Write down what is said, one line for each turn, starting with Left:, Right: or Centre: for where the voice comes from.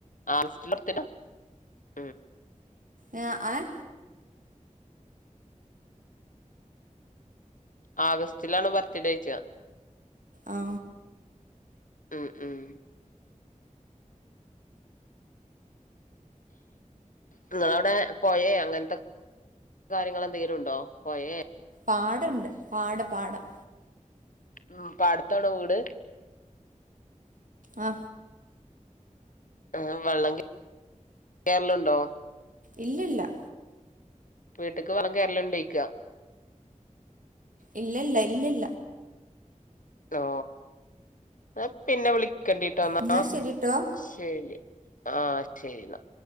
Left: <unintelligible> <unintelligible>
Right: ഏ അ ഏ
Left: ആഗസ്റ്റിലാണ് ബർത്ത്ഡേച്ചാ
Right: ആ.
Left: ഉം ഉം നിങ്ങളവിടെ പൊയേ അങ്ങനത്തെ കാര്യങ്ങൾ എന്തെങ്കിലു ഉണ്ടോ പൊയേ
Right: പാടണ്ട് പാട് പാടം
Left: അ പാടത്താണ വീട്
Right: ആ
Left: ആ വെള്ളം കേറലുണ്ടോ?
Right: ഇല്ലല്ല
Left: വീട്ടക്ക് വളളം കേറലുണ്ടയിക്ക
Right: ഇല്ലല്ല ഇല്ല ഇല്ല
Left: ഹലോ ഞ പിന്നെ വിളി കണ്ടിട്ട് വന്നാ
Right: എന്നാ ശരിട്ടോ
Left: ശരി ആഹ് ശരി എന്നാ